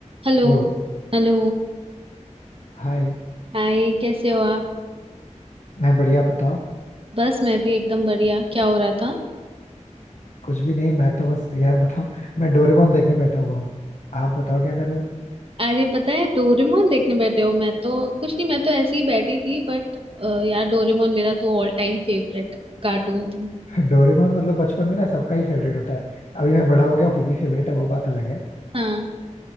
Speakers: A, on the right (about 45°); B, on the left (about 70°).
A: Hello
B: Hello
A: Hello
B: Hi
A: Hi कैसे हो आप
B: मैं बढ़िया बताओ
A: बस मैं भी एकदम बढ़िया क्या हो रहा था
B: कुछ भी नहीं मैं तो बस यार बताओ मैं डोरेमोन देखने बैठा हुआ हूँ आप बताओ क्या कर रहे हो
A: अरे पता है डोरेमोन देखने बैठे हो मैं तो कुछ नहीं मैं तो ऐसे ही बैठी थी बट यार डोरेमोन मेरा तो ऑल टाइम फेवरेट कार्टून था
B: <laughs> डोरेमोन मतलब बचपन में ना सबका ही फेवरेट होता है अभी मैं बड़ा हो गया हूँ फिर भी फेवरेट है वो बात अलग है
A: हाँ